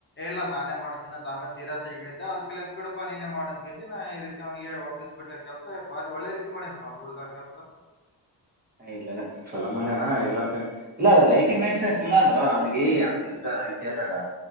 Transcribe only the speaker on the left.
ಇಲ್ಲ ನಾನೇ ಮಾಡ್ತೇನಂತ ಆಮೇಲೆ ಸೀರಿಯಸ್ ಆಗಿ ಹೇಳಿದ್ದ ಅದಕ್ಕೆಲ್ಲತ್ತ್ ಬಿಡುಪಾ ನೀನೇ ಮಾಡ್ ನತ್ತ್ಗೇಸಿ ನಾ ಈ ರೀತಿ ಅವನಿಗೆ ಒಪ್ಪಿಸ್ಬಿಟ್ಟೆ ಕೆಲ್ಸ ಬಾರಿ ಒಳ್ಳೆ ರೀತಿ ಮಾಡೇನಪ್ಪಾ ಹುಡುಗ ಕೆಲಸ. <inaudible>